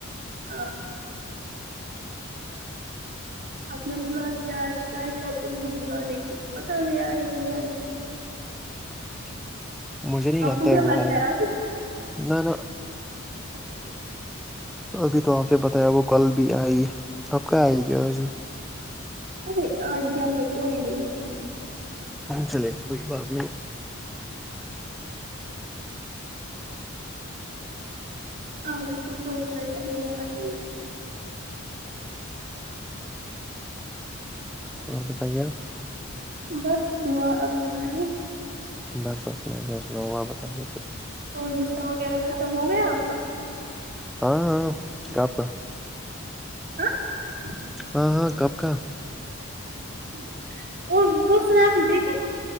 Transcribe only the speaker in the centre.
مجھے نہیں
لگتا
ہے وہ آئے نہ نہ
ابھی تو آپ نے بتایا وہ کل بھی آئی آپ کہ آئے گ آج بھی
چلے کوئی بات نہیں
اور بتائیے آپ
بس بس وعلیکم السلام و بتاتہ
ہاں ہاں گ آپ کا
ہاں ہاں کپ کااں